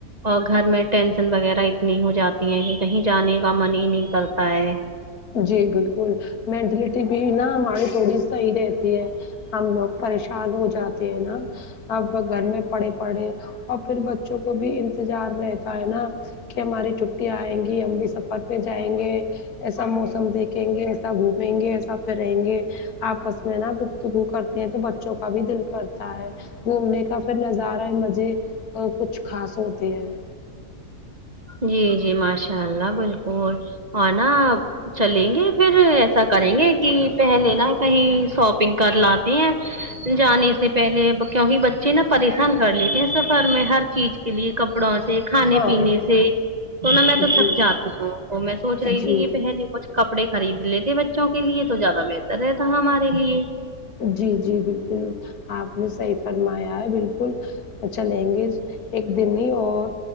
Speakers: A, on the right; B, on the left.
A: اور گھر میں ٹینسن وغیرہ اتنی ہو جاتی ہیں کہ کہیں جانے کا من ہی نہیں کرتا ہے
B: جی بالکل مینٹلٹی بھی نا ہماری تھوڑی صحیح رہتی ہے ہم لوگ پریشان ہو جاتے ہیں نا اب گھر میں پڑھے پڑھے اور پھر بچوں کو بھی انتظار رہتا ہے نا کہ ہماری چھٹی آئیں گی ہم بھی سفر پہ جائیں گے ایسے ایسا موسم دیکھیں گے ایسا گھومیں گے ایسا پھریں گے آپس میں نا گفتگو کرتی ہے تو بچوں کا بھی دل کرتا ہے گھومنے کا پھر نظارہ ہے مزے کچھ خاص ہوتے ہیں
A: جی جی ماشاء اللہ بالکل اور نا چلیں گے پھر ایسا کریں گے کہ پہلے نا کہیں شاپنگ کر لاتے ہیں جانے سے پہلے کیونکہ بچے نا پریشان کر لیتے ہیں سفر میں ہر چیز کے لیے کپڑوں سے کھانے
B: ہاں
A: پینے سے تو نہ میں توب تک
B: جی
A: جاتی ہوں تو میں سوچ رہی
B: جی
A: تھی یہ پہلے کچھ کپڑے خرید لیتے بچوں کے لیے تو زیادہ بہتر رہتا ہمارے لیے
B: جی جی بالکل آپ نے صحیح فرمایا ہے بالکل چلیں گے ایک دن ہی اور